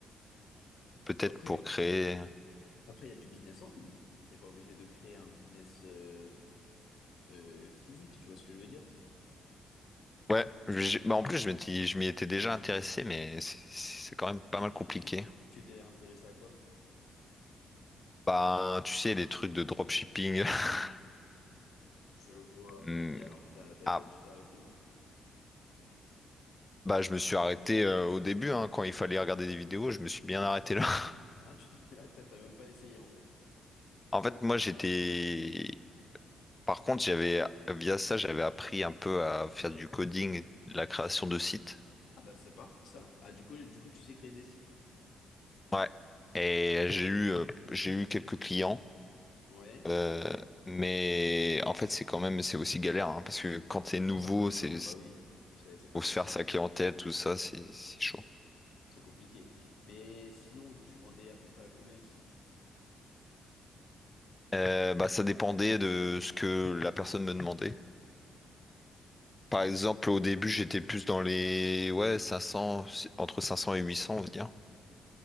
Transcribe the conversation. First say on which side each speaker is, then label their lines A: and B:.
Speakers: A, on the left; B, on the left.
A: peut-être
B: Après,
A: pour créer...
B: après, il y a du business en ligne. T'es pas obligé de créer un business euh, euh, physique, tu vois ce que je veux dire?
A: Ouais, j'ai- bah en plus je m'étais- je m'y étais déjà intéressé, mais c'est c'est quand
B: Ah,
A: même pas
B: tu,
A: mal compliqué.
B: tu, tu t'es intéressé à quoi?
A: Bah, tu sais, les trucs de dropshipping. <laughs>
B: Je vois.
A: Hmm.
B: Et alors, t'as, t'as-
A: Ah,
B: tu t'es arrêté où?
A: bah je me suis arrêté euh, au début, hein, quand il fallait regarder des vidéos, je me suis bien arrêté là. <laughs>
B: Ah, tu t'es- ah, t'as t'as même pas essayé en fait.
A: En fait, moi j'étais... Par contre, j'avais, via ça, j'avais appris un peu à faire du coding, de la création de sites.
B: Ah bah c'est parfait ça. Ah du coup, du coup, tu sais créer des sites.
A: Ouais. Et j'ai eu, euh, j'ai eu quelques clients.
B: Ouais.
A: euh, mais en fait, c'est quand même, c'est aussi galère, hein, parce que quand t'es nouveau,
B: Ouais, ça prend du
A: c'est
B: temps, bah oui. C'est c'est pas
A: Ou
B: facile.
A: se faire saquer en tête, tout ça, c'est c'est chaud.
B: C'est compliqué. Mais sinon, tu vendais à peu près à combien le site?
A: Euh, bah, ça dépendait de ce que la personne me demandait. Par exemple, au début, j'étais plus dans les ouais, 500 entre 500 et 800 on va dire,